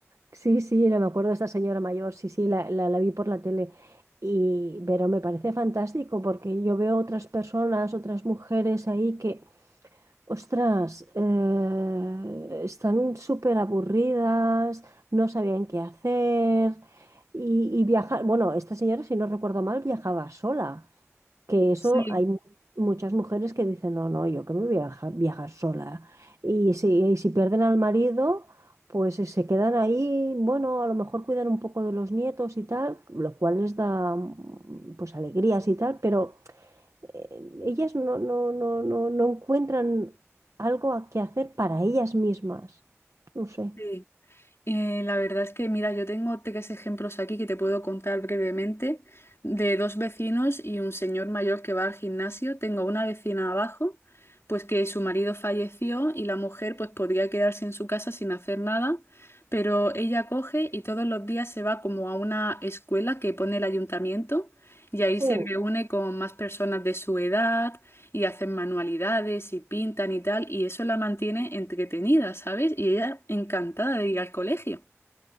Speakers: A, on the right (about 80°); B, on the left (about 55°).
A: Sí, sí, no me acuerdo de esta señora mayor, sí, sí, la, la, la vi por la tele. Y, pero me parece fantástico porque yo veo otras personas, otras mujeres ahí que, ostras, eh, están súper aburridas, no sabían qué hacer y, y viajar. Bueno, esta señora, si no recuerdo mal, viajaba sola. Que eso
B: Sí.
A: hay mu- muchas mujeres que dicen, no, no, yo que me voy a viajar, viajar sola. Y si, y si pierden al marido, pues eh, se quedan ahí, bueno, a lo mejor cuidan un poco de los nietos y tal, lo cual les da mm, pues alegrías y tal, pero eh, ellas no, no, no, no, no encuentran algo a que hacer para ellas mismas. No sé.
B: Sí. Eh, la verdad es que, mira, yo tengo tres ejemplos aquí que te puedo contar brevemente de dos vecinos y un señor mayor que va al gimnasio. Tengo una vecina abajo, pues que su marido falleció y la mujer pues podría quedarse en su casa sin hacer nada, pero ella coge y todos los días se va como a una escuela que pone el ayuntamiento y ahí
A: Sí,
B: se reúne con más personas de su edad y hacen manualidades y pintan y tal, y eso la mantiene entretenida, ¿sabes? Y ella encantada de ir al colegio.